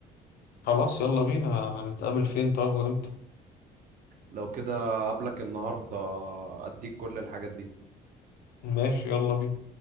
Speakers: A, on the left; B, on the right.
A: خلاص يلا بينا هنتقابل فين طيب وإمتى
B: لو كده قبلك النهاردة أديك كل الحاجات دي
A: ماشي يلا بينا